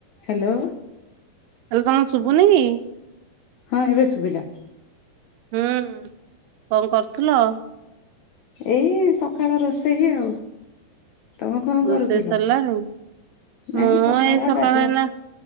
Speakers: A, on the left; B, on the right.
A: ହେଲୋ
B: ହେଲୋ ତମକୁ ଶୁଭୁନି କି?
A: ହଁ ଏବେ ଶୁଭିଲା
B: ହୁଁ, କଣ କରୁଥିଲ?
A: ଏଇ ସକାଳ ରୋଷେଇ ଆଉ ତମେ କଣ
B: ରୋଷେଇ
A: କରୁଥିଲ?
B: ସରିଲାଣି
A: ନାଇଁ
B: ମୁଁ
A: ସକାଳ
B: ଏଇ ସକାଳେ
A: ଗାଧୁଆ
B: ନା